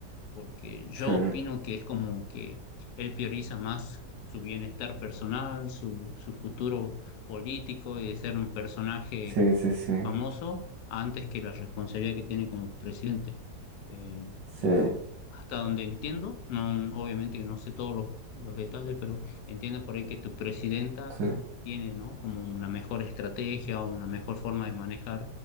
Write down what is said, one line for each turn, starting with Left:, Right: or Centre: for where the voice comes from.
Left: porque yo
Right: sí,
Left: opino que es como que él prioriza más su bienestar personal, su, su futuro político y de ser un personaje
Right: sí, sí, sí,
Left: eh, famoso antes que la responsabilidad que tiene como presidente. Eh,
Right: sí,
Left: y hasta donde entiendo, no, obviamente que no sé todos los, los detalles, pero entiendo por ahí que tu presidenta
Right: sí,
Left: tiene, ¿no? como una mejor estrategia o una mejor forma de manejar